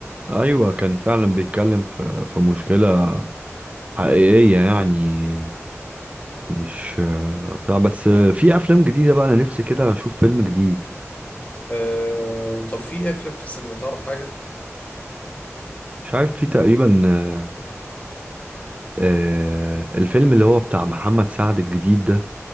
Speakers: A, on the right; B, on the left.
A: ايوه كان فعلا بيتكلم في في مشكله حقيقيه يعني مش بتاع بس في افلام جديده بقى انا نفسي كده اشوف فيلم جديد
B: آه طب في إيه افلام في السينما تعرف حاجه
A: مش عارف في تقريبا آه، آه، الفيلم اللي هو بتاع محمد سعد الجديد ده